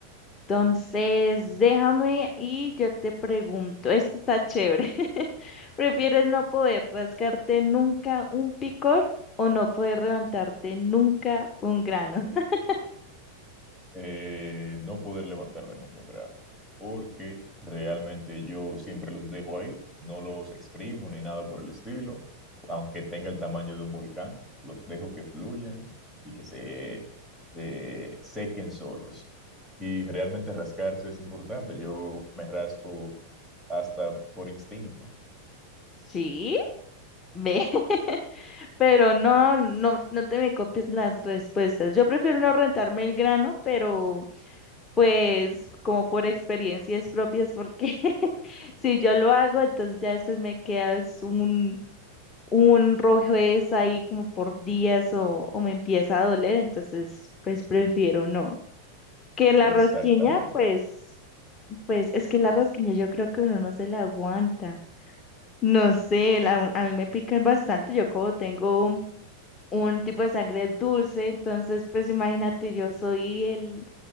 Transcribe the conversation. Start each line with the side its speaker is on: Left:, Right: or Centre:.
Left: Entonces, déjame y yo te pregunto, esto está chévere. <laughs> ¿Prefieres no poder rascarte nunca un picor o no poder levantarte nunca un grano? <laughs>
Centre: eh, no poder levantarme nunca un grano, porque realmente yo siempre los dejo ahí, no los exprimo ni nada por el estilo, aunque tenga el tamaño de un volcán, los dejo que fluyan y que se, se sequen solos. Y realmente rascarse es importante, yo me rasco hasta por instinto.
Left: Sí, ve, <laughs> pero no, no, no te me copies las respuestas. Yo prefiero no rentarme el grano, pero pues como por experiencias propias, porque <laughs> si yo lo hago, entonces ya después me queda es un un rojez ahí como por días o, o me empieza a doler, entonces pues prefiero no. Que la
Centre: Exactamente.
Left: rasquiña, pues, pues es que la rasquiña yo creo que uno no se la aguanta. No sé, la- a mí me pican bastante, yo como tengo un tipo de sangre dulce, entonces pues imagínate, yo soy el,